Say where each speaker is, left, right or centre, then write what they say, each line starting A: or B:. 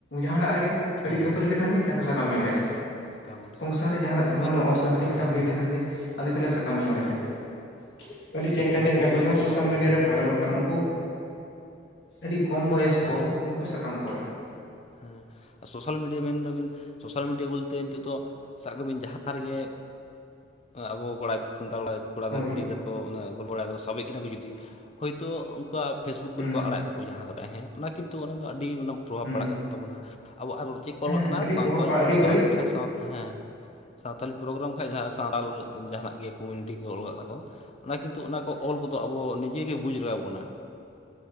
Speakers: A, on the left; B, on the left.
A: ᱡᱟᱦᱟᱱᱟᱜ ᱨᱮᱜᱮ ᱠᱟᱹᱴᱤᱡ
B: ᱦᱮᱸ
A: ᱠᱷᱟᱹᱯᱟᱹᱨᱤ ᱞᱮᱠᱷᱟᱱ ᱜᱮ ᱞᱟᱹᱭ ᱟᱠᱚ ᱥᱟᱠᱟᱢ ᱤᱧ ᱚᱲᱮᱡᱟ᱾
B: ᱦᱮᱸ ᱥᱟᱠᱟᱢ ᱚᱲᱮᱡ
A: ᱥᱚᱝᱥᱟᱨ ᱨᱮ ᱡᱟᱦᱟᱱᱟᱜ ᱥᱟᱢᱟᱱᱱᱚ
B: ᱱᱚᱣᱟ ᱠᱤᱱᱛᱩ
A: ᱚᱥᱟᱱᱛᱤ ᱢᱤᱫᱴᱟᱝ
B: ᱦᱮᱸ
A: ᱦᱩᱭᱩᱜ ᱞᱮᱠᱷᱟᱱ ᱜᱮ, ᱟᱫᱚ ᱠᱚ ᱞᱟᱹᱭᱟ ᱥᱟᱠᱟᱢ ᱤᱧ ᱚᱲᱮᱡᱟ
B: ᱦᱮᱸ
A: ᱾ ᱟᱹᱰᱤ ᱪᱮᱝᱠᱟ
B: ᱱᱚᱣᱟ
A: ᱪᱮᱝᱠᱟ
B: ᱠᱤᱱᱛᱩ
A: ᱠᱚ ᱡᱟᱦᱟᱸ
B: ᱟᱵᱚᱣᱟᱜ
A: ᱥᱳᱥᱟᱞ ᱢᱤᱰᱤᱭᱟ
B: ᱦᱮᱸ
A: ᱨᱮ ᱵᱷᱟᱭᱨᱟᱞᱚᱜ ᱠᱟᱱᱟ ᱩᱱᱠᱩ ᱟᱹᱰᱤ ᱠᱚᱢ ᱵᱚᱭᱚᱥ ᱠᱚ
B: ᱟᱨ
A: ᱩᱱᱠᱩ ᱥᱟᱠᱟᱢ ᱠᱚ ᱚᱲᱮᱡ ᱮᱫᱟ ᱾
B: ᱦᱮᱸ ᱟᱨ ᱥᱳᱥᱟᱞ ᱢᱤᱰᱤᱭᱟ ᱢᱮᱱ ᱮᱫᱟᱵᱤᱱ ᱥᱳᱥᱟᱞ ᱢᱤᱰᱤᱭᱟ ᱵᱚᱞᱛᱮ ᱱᱤᱛᱳᱜ ᱫᱚ ᱥᱟᱵ ᱠᱟᱜ ᱵᱤᱱ ᱡᱟᱦᱟᱸ ᱨᱮᱜᱮ ᱟᱵᱚ ᱠᱚᱲᱟ ᱥᱟᱱᱛᱟᱲ ᱠᱚᱲᱟ
A: ᱦᱳᱭ
B: ᱜᱤᱫᱨᱟᱹ ᱠᱩᱲᱤ ᱜᱤᱫᱽᱨᱟᱹ ᱠᱚ ᱚᱱᱟ ᱜᱚᱞ ᱵᱟᱲᱟᱭᱟ ᱠᱚ ᱥᱟᱵᱮᱜ ᱠᱤᱱᱟ ᱠᱚ ᱡᱩᱫᱤ ᱦᱳᱭ ᱛᱚ ᱩᱱᱠᱩᱣᱟᱜ ᱯᱷᱮᱥᱵᱩᱠ
A: ᱦᱩᱸ
B: ᱠᱚᱨᱮ ᱠᱚ ᱟᱲᱟᱜᱮᱫ ᱛᱟᱠᱚᱣᱟ ᱡᱟᱦᱟᱸ ᱠᱚᱨᱮ ᱦᱮᱸ ᱚᱱᱟ ᱠᱤᱱᱛᱩ ᱚᱱᱟ ᱫᱚ ᱟᱹᱰᱤ ᱢᱟᱱᱮ ᱯᱨᱚᱵᱷᱟᱵᱽ
A: ᱦᱩᱸ
B: ᱯᱟᱲᱟᱜ ᱠᱟᱱ ᱛᱟᱵᱚᱱᱟ ᱾ ᱟᱵᱚ ᱟᱨ ᱪᱮᱫ
A: ᱦᱮᱸ
B: ᱚᱞ ᱠᱟᱝ ᱠᱟᱱᱟ
A: ᱟᱹᱰᱤ
B: ᱥᱟᱱᱛᱟᱞᱤ
A: ᱯᱨᱚᱵᱷᱟᱵᱽ ᱯᱟᱲᱟᱜ ᱟᱹᱰᱤ
B: ᱯᱨᱳᱜᱨᱟᱢ
A: ᱵᱟᱹᱲᱤᱡ
B: ᱵᱟᱠᱷᱟᱡ ᱥᱟᱣ ᱦᱮᱸ ᱦᱮᱸ ᱥᱟᱱᱛᱟᱞᱤ ᱯᱨᱳᱜᱨᱟᱢ ᱵᱟᱠᱷᱡ ᱡᱟᱦᱟᱸ ᱥᱟᱛᱟᱞ ᱡᱟᱦᱱᱟᱜ ᱜᱮ ᱠᱚᱢᱤᱱᱤᱴᱤ ᱠᱚ ᱚᱞ ᱠᱟᱫ ᱛᱟᱠᱚ ᱚᱱᱟ ᱠᱤᱱᱛᱩ ᱚᱱᱟ ᱠᱚ ᱚᱞ ᱠᱚᱫᱚ ᱟᱵᱚ ᱱᱤᱡᱮᱜ ᱜᱮ ᱵᱩᱡᱽ ᱞᱟᱜᱟᱣ ᱟᱵᱚᱱᱟ ᱾